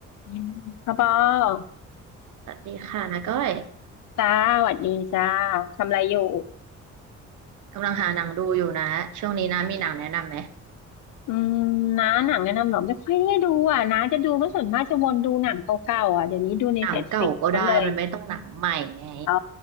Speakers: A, on the left; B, on the right.
A: อืมพ่อปอ
B: สวัสดีค่ะนะก้อย
A: จ้าสวัสดีจ้าทำอะไรอยู่
B: กำลังหาหนังดูอยู่นะช่วงนี้นะมีหนังแนะนำไหม
A: อืมน้าหนังแนะนำเหรอไม่ค่อยได้ดูอ่ะน้าจะดูก็ส่วนมากจะวนดูหนังเก่าๆอ่ะเดี๋ยวนี้ดูในเน็ตฟลิกมันเลย
B: หนังเก่าก็ได้มันไม่ต้องหนังใหม่ไง
A: อ๋อ